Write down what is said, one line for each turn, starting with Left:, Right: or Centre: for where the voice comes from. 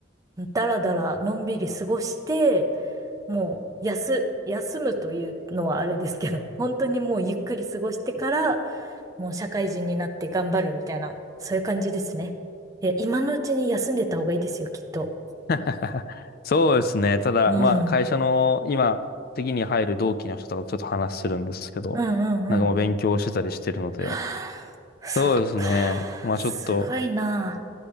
Right: う、だらだらのんびり過ごして、もう、休、休むというのはあれですけど、<laughs> 本当にもうゆっくり過ごしてから、もう社会人になって頑張るみたいな、そういう感じですね。いや、今のうちに休んでた方がいいですよ、きっと。
Left: <laughs> そうですね。ただ、
Right: うん。
Left: まあ会社の今、次に入る同期の人とかちょっと話するんですけど、
Right: うんうんうん。
Left: なんかもう勉強してたりしてるので、
Right: <sighs> そっか。
Left: そうですね。まあちょっと
Right: すごいな。